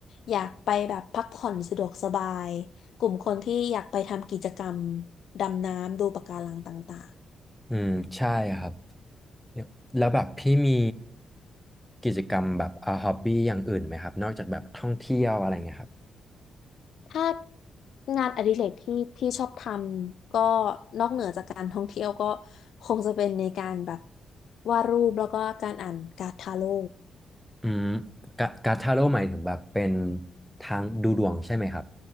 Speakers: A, on the left; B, in the centre.
A: อยากไปแบบพักผ่อนสะดวกสบายกลุ่มคนที่อยากไปทำกิจกรรมดำน้ำดูปะการังต่างๆ
B: อืมใช่ครับ เนี่ยแล้วแบบพี่มีกิจกรรมแบบอ่าฮอบบี้อย่างอื่นไหมครับนอกจากแบบท่องเที่ยวอะไรเงี้ยครับ
A: ถ้างานอดิเรกที่พี่ชอบทำก็นอกเหนือจากการท่องเที่ยวก็คงจะเป็นในการแบบวาดรูปแล้วก็การอ่านการ์ดทาโร่
B: อืมกาการ์ดทาโร่หมายถึงแบบเป็นทางดูดวงใช่ไหมครับ